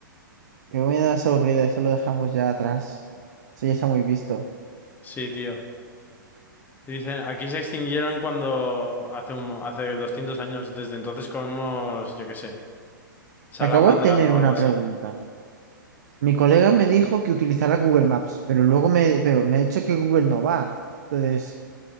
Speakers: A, on the right; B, on the left.
A: Qué buenas aburrida, eso lo dejamos ya atrás. Eso ya está muy visto.
B: Sí, tío. Dicen, aquí se extinguieron cuando hace un, mo- hace 200 años, desde entonces comemos, yo qué sé, salamandra
A: Acabo de tener
B: o
A: una
B: algo así.
A: pregunta. Mi colega me dijo que utilizara Google Maps, pero luego me, pero me ha dicho que Google no va. Entonces,